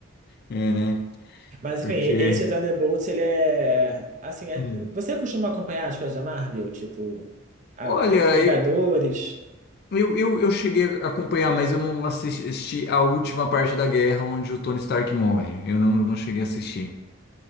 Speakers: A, on the left; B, on the right.
A: É, né?
B: Mas
A: Porque.
B: enfim, esse Thunderbolts, ele é. Assim, é-
A: Hum.
B: você costuma acompanhar as coisas da Marvel? Tipo, a-
A: Olha,
B: Vingadores.
A: e- eu, eu, eu cheguei a acompanhar, mas eu não assisti a última parte da guerra onde o Tony Stark morre. Eu não, não cheguei a assistir.